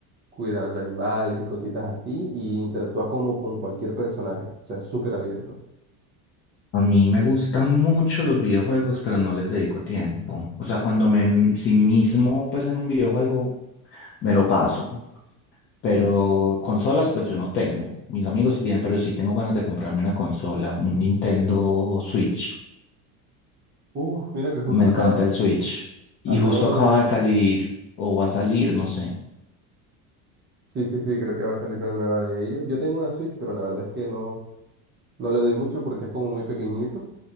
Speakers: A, on the right; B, on the left.
A: cuidando animales y cositas así y interactúas como con cualquier personaje, o sea, es súper abierto.
B: A mí me gustan mucho los videojuegos, pero no les dedico tiempo. O sea, cuando me sí mismo, pues en un videojuego, me lo paso. Pero consolas, pues yo no tengo. Mis amigos sí tienen, pero sí tengo ganas de comprarme una consola, un Nintendo Switch.
A: Uf, mira que justo
B: Me encanta
A: acá.
B: el Switch. Y
A: Acabo
B: justo acaba
A: de...
B: de salir, o va a salir, no sé.
A: Sí, sí, sí, creo que va a salir una nueva de ellos. Yo tengo una Switch, pero la verdad es que no, no le doy mucho porque es como muy pequeñito.